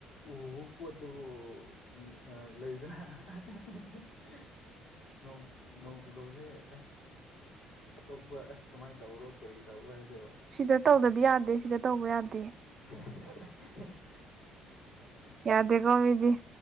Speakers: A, on the left; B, on the right.
A: ꯎꯕ ꯄꯣꯠꯇꯨꯕꯨ ꯑ ꯂꯩꯗꯅ <unintelligible> ꯅ‌ꯣꯡ ꯅ‌ꯣꯡꯐꯗ‌ꯣꯛꯁ‌ꯦ ꯑꯦ ꯑꯇꯣꯞꯄ ꯑꯦꯁ ꯀꯃꯥꯏꯅ ꯇꯧꯔꯣ ꯀꯔꯤ ꯇꯧꯔꯣ ꯍꯥꯏꯗꯣ
B: ꯁꯤꯗ ꯇꯧꯗꯗꯤ ꯌꯥꯗꯦ ꯁꯤꯗ ꯇꯧꯕ ꯌꯥꯗꯦ
A: ꯑ <inaudible>
B: ꯌꯥꯗꯦꯀꯦ ꯃꯤꯗꯤ